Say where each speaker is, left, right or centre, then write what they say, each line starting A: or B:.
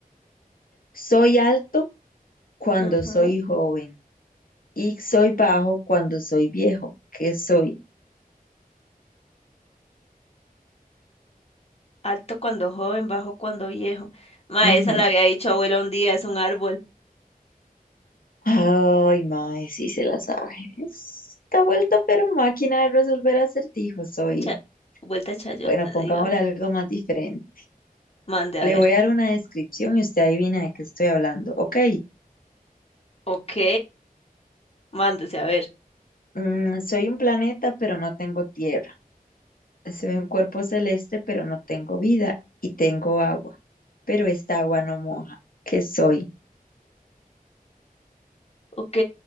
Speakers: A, on the left; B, on the left.
A: soy alto cuando
B: Ajá.
A: soy joven y soy bajo cuando soy viejo. ¿Qué soy?
B: Alto cuando joven, bajo cuando viejo. Ma,
A: Ujú.
B: esa la había dicho abuela un día, es un árbol.
A: Ay, mae, sí se la sabe. Está vuelto, pero máquina de resolver acertijos soy.
B: Cha- Vuelta chayota,
A: Bueno, pongámosle
B: dígame.
A: algo más diferente.
B: Mande a
A: Le
B: ver.
A: voy a dar una descripción y usted adivina de qué estoy hablando. Ok,
B: Ok, mándese a ver.
A: Mm, soy un planeta, pero no tengo tierra. Soy un cuerpo celeste, pero no tengo vida y tengo agua. Pero esta agua no moja. ¿Qué soy?
B: Ok,